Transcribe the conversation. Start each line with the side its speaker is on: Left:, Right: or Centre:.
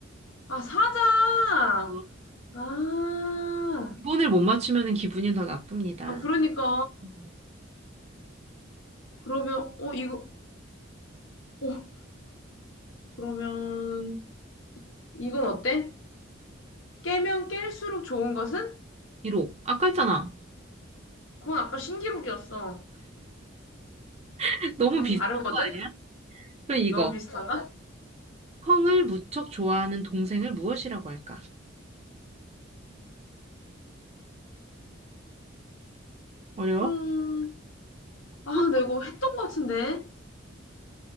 Left: 아, 사자!
Right: 어,
Left: 아,
Right: 기본을 못 맞추면은 기분이 더 나쁩니다.
Left: 아, 그러니까.
Right: 음.
Left: 그러면, 어, 이거, 어, 그러면, 이건 어때? 깨면 깰수록 좋은 것은?
Right: 기록. 아까 했잖아.
Left: 그건 아까 신기록이었어.
Right: <laughs> 너무
Left: 좀
Right: 비슷한
Left: 다르거든?
Right: 거 아니야? 그럼 이거.
Left: 너무 응. 비슷하나?
Right: 형을 무척 좋아하는 동생을 무엇이라고 할까? 어려워?
Left: 음, 아,
Right: 형,
Left: 나 이거 했던 것 같은데?